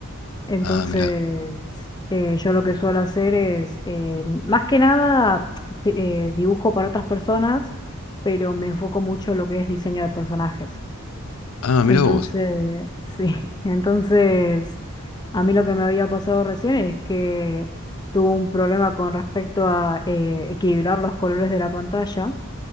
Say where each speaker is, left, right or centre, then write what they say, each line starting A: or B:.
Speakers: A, on the left; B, on the left.
A: entonces
B: Ah, mira.
A: eh, yo lo que suelo hacer es, eh, más que nada, <tsk> eh, dibujo para otras personas, pero me enfoco mucho en lo que es diseño de personajes.
B: Ah, mira
A: Entonces,
B: vos.
A: sí, <laughs> entonces a mí lo que me había pasado recién es que tuve un problema con respecto a eh, equilibrar los colores de la pantalla,